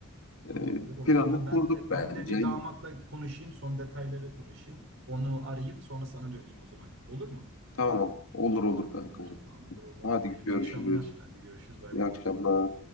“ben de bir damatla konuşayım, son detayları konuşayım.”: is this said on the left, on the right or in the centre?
Right